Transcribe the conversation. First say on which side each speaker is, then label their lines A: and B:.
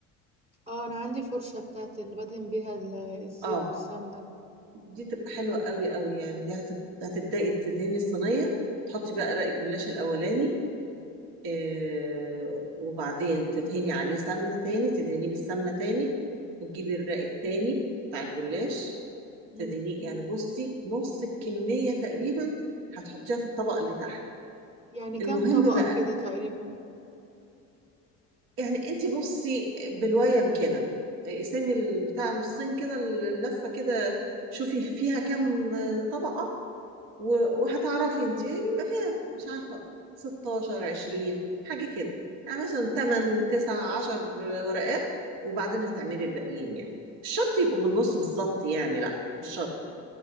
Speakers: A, on the right; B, on the right.
A: اه انا عندي فرشة بتاعت اللي بدهن بيها ال- الزيت
B: اه
A: والسمنة دي.
B: دي تبقى حلوه قوي قوي يعني دي هتب... هتبداي تدهني الصينيه تحطي بقى رق الجلاش الاولاني آه وبعدين تدهني عليه سمنه تاني تدهنيه بالسمنه تاني وتجيبي الرق التاني بتاع الجلاش
A: مم.
B: تديني يعني بصي نص الكمية تقريبا هتحطيها في الطبق اللي تحت
A: يعني كام
B: المهم
A: طبقة
B: بقى
A: كده تقريبا
B: يعني انت بصي بالويم كده قسمي البتاع نصين كده اللفة كده شوفي فيها كام طبقة و- وهتعرفي انت بيبقى فيها مش عارفة 16 20 حاجة كده يعني مثلا 8 9 10 ورقات وبعدين هتعملي الباقيين يعني مش شرط يبقوا بالنص بالظبط يعني لا مش شرط